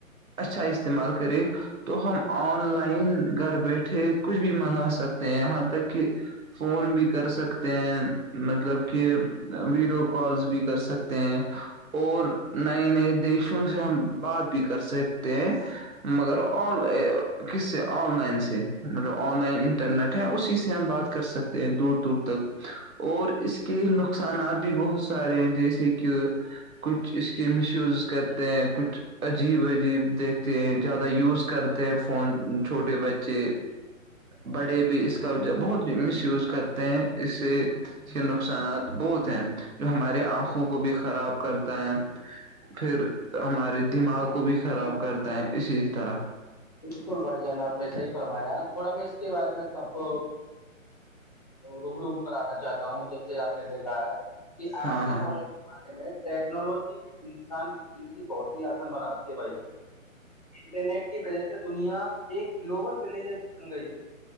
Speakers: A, on the right; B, on the left.
A: اچھا استعمال کریں تو ہم آن لائن گھر بیٹھے کچھ بھی منگا سکتے ہیں یہاں تک کہ فون بھی کر سکتے ہیں مطلب کہ ویڈیو کالس بھی کر سکتے ہیں اور نئے نئے دیشوں سے ہم بات بھی کر سکتے ہیں مگر آن کس سے آن لائن سے مطلب آن لائن انٹرنیٹ ہے اسی سے ہم بات کر سکتے ہیں دور دور تک اور اس کے نقصانات بھی بہت سارے ہیں جیسے کہ کچھ اس کی مس یوزز کرتے ہیں کچھ عجیب عجیب دیکھتے ہیں زیادہ یوز کرتے ہیں فون چھوٹے بچے بڑے بھی اس کا بہت مس یوز کرتے ہیں اس سے اس کے نقصانات بہت ہیں جو ہماراری آنکھوں کو بھی خراب کرتا ہے پھر ہمارے
B: جی جی
A: دماغ
B: جی بالکل
A: کو بھی
B: بالکل
A: خراب کرتا ہے اسی طرح
B: بالکل بھائی جان آپ نے صحیح فرمایا تھوڑا میں اس کے بارے میں تو آپ کو روم روم کرانا چاہتا ہوں جیسے آپ نے دیکھا ہے کہ
A: ہاں
B: آج کے
A: ہاں
B: ماڈن زمانے میں ٹیکنالوجی نے انسان کی زندگی بہت ہی آسان بناتی ہے بھائی جان انٹرنیٹ کی وجہ سے دنیا ایک گلوبل ولیجر بن گئی ہے